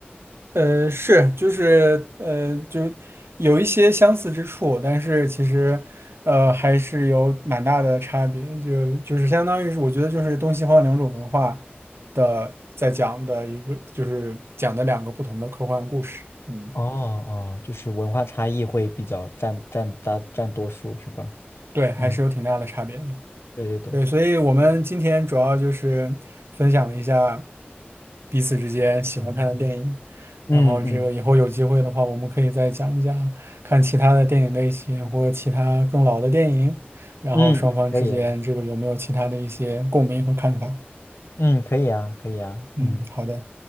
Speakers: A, on the right; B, on the left.
A: 呃，是，就是呃，就有一些相似之处，但是其实呃还是有蛮大的差别，就就是相当于是我觉得就是东西方两种文化的在讲的一个，就是讲的两个不同的科幻故事，嗯，
B: 哦哦，就是文化差异会比较占占大占多数是吧？
A: 对，还是有挺大的差别的。
B: 嗯，对对对，
A: 对，所以我们今天主要就是分享了一下彼此之间喜欢看的电影，然后这个以后有机会的话，
B: 嗯嗯
A: 我们可以再讲一讲看其他的电影类型或其他更老的电影，然后双方之间这个有没有其他的一些共鸣和看法。
B: 嗯嗯，可以啊，嗯可以啊可以啊，
A: 嗯，
B: 嗯。
A: 好的。